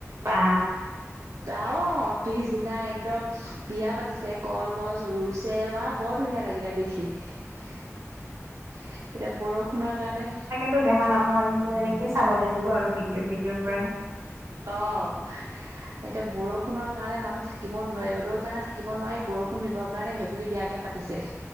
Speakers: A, on the right; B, on the right.
A: বা!
B: অ', পিছদিনা একদম বিয়া পাতিছে, কলগছ ৰুইছে বা বৰ ধুনীয়া লাগিলে দেখি। এতিয়া বৰষুণৰ কাৰণে
A: টো দেখা নাপাওঁ আৰু মোৰ এনেকেই চাব লাগিব আৰু ভিডিঅ চিডিঅৰ পৰাই।
B: অ'। এতিয়া বৰষুণৰ কাৰণে মানুহ থাকিব নোৱাৰি, ৰ'দৰ কাৰণে থাকিব নোৱাৰি বৰষুণ দিবৰ কাৰণে ভেকুলী বিয়াকে পাতিছে। <inaudible>